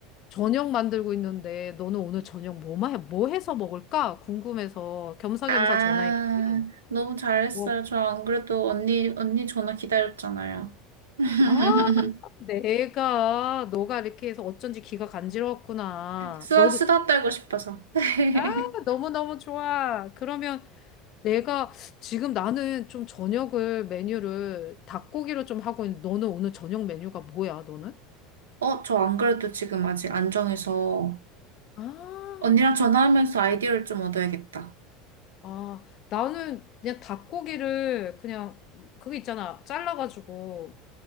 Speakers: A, on the left (about 50°); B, on the right (about 85°).
A: 저녁 만들고 있는데, 너는 오늘 저녁 뭐, 마, 뭐 해서 먹을까? 궁금해서 겸사겸사
B: 아,
A: 전화했지.
B: 너무 잘했어요.
A: 뭐,
B: 저 안 그래도 언니, 언니 전화 기다렸잖아요. <laughs>
A: 아, 내가, 너가 이렇게 해서 어쩐지 귀가 간지러웠구나.
B: 수다,
A: 너도,
B: 수다 떨고 싶어서. <laughs>
A: 아, 너무너무 좋아. 그러면, 내가 지금 나는 좀 저녁을 메뉴를 닭고기로 좀 하고 있는데 너는 오늘 저녁 메뉴가 뭐야, 너는?
B: 어, 저 안 그래도 지금 아직 안 정해서
A: 아,
B: 언니랑 전화하면서 아이디어를 좀 얻어야겠다.
A: 아, 나는 그냥 닭고기를 그냥 그거 있잖아. 잘라가지고